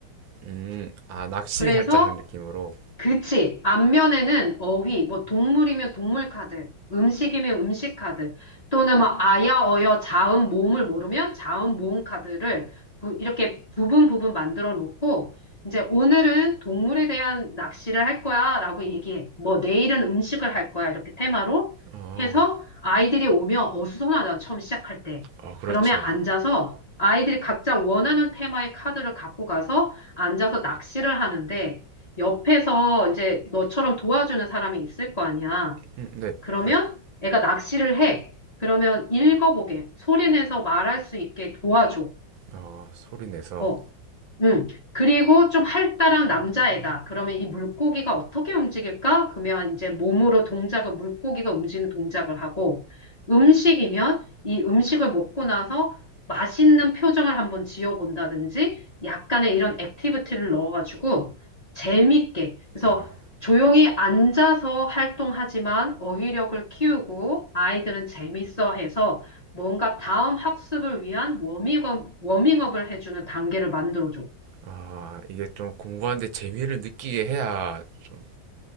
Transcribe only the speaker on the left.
그래서
그치. 앞면에는 어휘, 뭐 동물이면 동물 카드, 음식이면 음식 카드, 또는 뭐 아야, 어여, 자음, 모음을 모르면 자음, 모음 카드를 부- 이렇게 부분 부분 만들어 놓고, 이제 오늘은 동물에 대한 낚시를 할 거야 라고 얘기해. 뭐 내일은 음식을 할 거야 이렇게 테마로
해서 아이들이 오면 어수선하잖아. 처음 시작할 때.
그러면 앉아서 아이들이 각자 원하는 테마의 카드를 갖고 가서 앉아서 낚시를 하는데, 옆에서 이제 너처럼 도와주는 사람이 있을 거 아니야.
그러면
애가 낚시를 해. 그러면 읽어보게, 소리 내서 말할 수 있게 도와줘.
어, 음. 그리고 좀 활달한 남자애다. 그러면 이 물고기가 어떻게 움직일까? 그러면 이제 몸으로 동작을, 물고기가 움직이는 동작을 하고, 음식이면 이 음식을 먹고 나서 맛있는 표정을 한번 지어본다든지, 약간의 이런 액티비티를 넣어가지고, 재밌게. 그래서
조용히 앉아서 활동하지만 어휘력을 키우고, 아이들은 재밌어 해서, 뭔가 다음 학습을 위한 워밍업, 워밍업을 해주는 단계를 만들어줘.